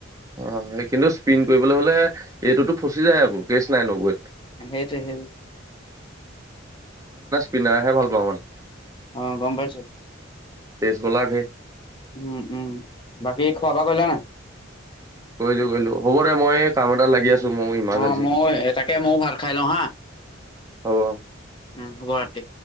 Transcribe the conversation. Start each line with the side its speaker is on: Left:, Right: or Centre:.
Right: অ সেই কিন্তু স্পিন কৰিবলৈ হলে এইটোতো ফচি যায় আকৌ কেচ নাই নগৈ
Left: সেইটো সেই
Right: পিনাইহে ভাল পাওঁ মানে
Left: অ গম পাইছো
Right: পিছবেলা গৈ
Left: উম উম বাকী খোৱা বোৱা কৰি লা নাই
Right: কৰিলো কৰিলো হ'ব দে মই কাম এটা লাগি আছো মোৰ ইমাৰ্জেঞ্চি
Left: অ ময়ও এটাকে ময়ও ভাত খাই লওঁ হা
Right: হ'ব অ
Left: উম সুভ ৰাতি